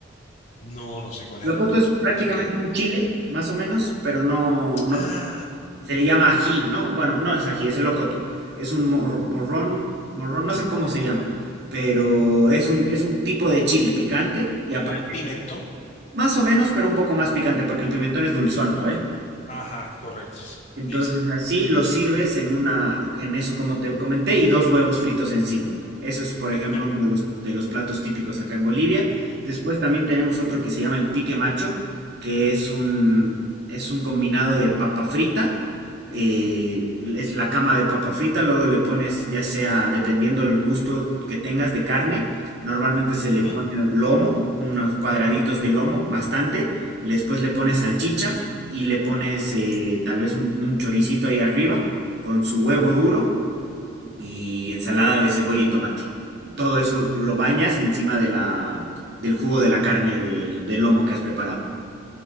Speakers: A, on the left; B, on the right.
A: No, no sé cuál
B: Locoto
A: es el locoto.
B: es prácticamente
A: ¿Eso qué es?
B: un chile, más o menos, pero no, no
A: Ah,
B: se le llama ají, ¿no? Bueno, no es ají, es el locoto. Es un mor- morrón, morrón, no sé cómo se llama, pero es un, es un tipo de chile picante y
A: como
B: aparte,
A: un pimentón.
B: más o menos, pero un poco más picante, porque el pimentón es dulzón, ¿no ve?
A: Ajá, correcto. sí.
B: Entonces
A: Listo.
B: así lo sirves en una, en eso como te comenté, y dos huevos fritos encima. Eso es, por ejemplo,
A: <laughs>
B: uno de los, de los platos típicos acá en Bolivia. Después también tenemos otro que se llama el pique macho, que es un, es un combinado de papa frita, eh, es la cama de papa frita, luego le pones, ya sea, dependiendo el gusto que tengas de carne, normalmente se
A: Ujú.
B: le pone lomo, unos cuadraditos de lomo, bastante después le pones salchicha y le pones eh, tal vez un, un choricito ahí arriba con su huevo duro y ensalada de cebolla y tomate. Y todo eso lo bañas encima de la, del jugo de la carne del, del lomo que has preparado.